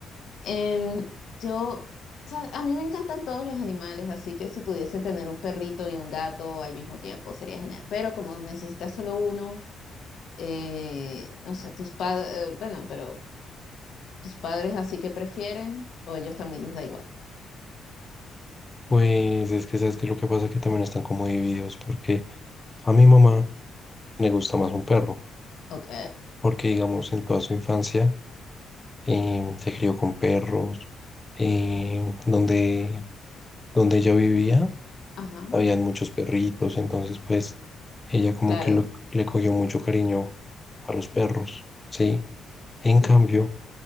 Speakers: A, on the left; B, on the left.
A: Em, yo, o sea, a mí me encantan todos los animales, así que si pudiese tener un perrito y un gato al mismo tiempo sería genial. Pero como necesitas solo uno, eh, no sé, tus padres, bueno, pero ¿Tus padres así que prefieren o ellos también les da igual?
B: Pues es que sabes que lo que pasa es que también están como divididos porque a mi mamá le gusta más un perro,
A: Ok,
B: porque digamos en toda su infancia eh, se crió con perros, eh, donde, donde ella vivía
A: ajá,
B: habían muchos perritos, entonces pues ella como
A: claro,
B: que lo- le cogió mucho cariño a los perros, ¿sí? En
A: sí.
B: cambio,